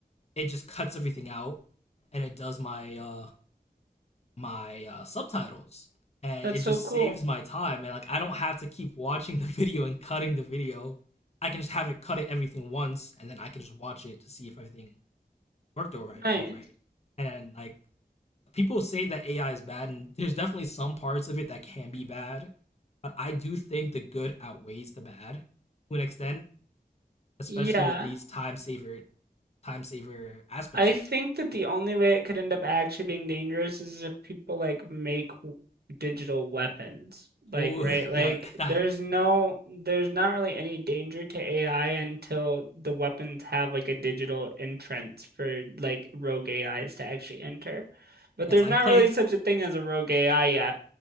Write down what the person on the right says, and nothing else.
That's
so
cool.
Nice.
Yeah.
I
think
that the only way it could end up actually being dangerous is if people like make w- digital weapons. Like,
right?
Like,
there's
no, there's not really any danger to AI until the weapons have like a digital entrance for like rogue AIs to actually enter. But
there's
not
really such a thing as a rogue AI yet.